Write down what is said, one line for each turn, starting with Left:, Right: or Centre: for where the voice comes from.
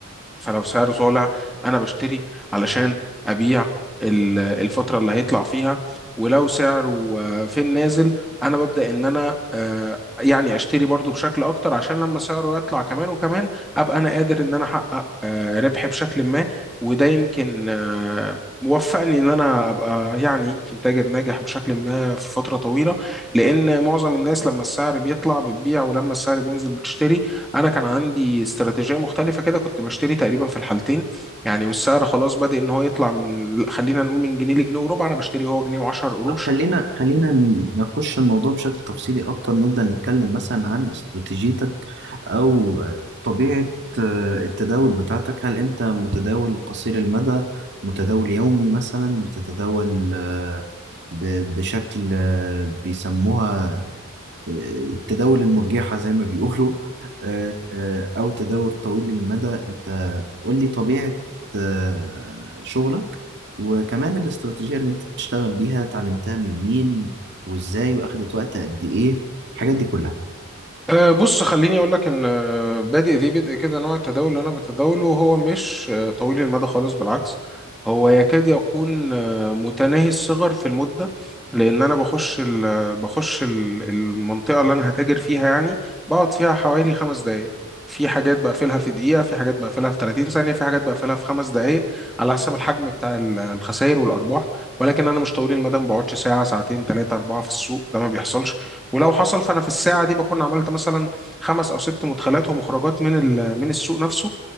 Centre: فلو سعره طالع انا بشتري علشان ابيع ال- الفترة اللي هيطلع فيها ولو سعره آه، في النازل انا ببدأ ان انا آه، يعني اشتري برضو بشكل اكتر عشان لما سعره يطلع كمان وكمان ابقى انا قادر ان انا احقق آه، ربح بشكل ما وده يمكن آه، وفقني ان انا ابقى يعني يمكن تاجر ناجح بشكل ما في فترة طويلة لان معظم الناس لما السعر بيطلع بتبيع ولما السعر بينزل بتشتري انا كان عندي استراتيجيه مختلفه كده كنت بشتري تقريبا في الحالتين يعني والسعر خلاص بادئ ان هو يطلع من خلينا نقول من جنيه لجنيه وربع انا بشتري هو جنيه و10 قروش
Right: طب خلينا
Centre: <clears throat>
Right: خلينا نخش الموضوع بشكل تفصيلي أكتر نبدأ نتكلم مثلا عن استراتيجيتك أو طبيعة آه، التداول بتاعتك هل أنت متداول قصير المدى متداول يومي مثلا بتتداول آه، ب- بشكل آه، بيسموها آه، التداول المرجحة زي ما بيقولوا آه، آه، أو تداول طويل المدى أنت قول لي طبيعة آه، شغلك وكمان الاستراتيجية اللي انت بتشتغل بيها اتعلمتها من مين وازاي واخدت وقت قد ايه الحاجات دي كلها
Centre: أه بص خليني اقول لك ان آه، بادئ ذي بدء كده نوع التداول اللي انا بتداوله هو مش آه، طويل المدى خالص بالعكس هو يكاد يكون آه، متناهي الصغر في المده لان انا بخش ال آه، بخش ال المنطقه اللي انا هتاجر فيها يعني بقعد فيها حوالي خمس دقائق في حاجات بقفلها في دقيقه في حاجات بقفلها في 30 ثانيه في حاجات بقفلها في خمس دقائق على حسب الحجم بتاع ال- الخسائر والارباح ولكن انا مش طويل المدى ما بقعدش ساعه ساعتين ثلاثه اربعه في السوق ده ما بيحصلش ولو حصل فانا في الساعه دي بكون عملت مثلا خمس او ست مدخلات ومخرجات من ال- من السوق نفسه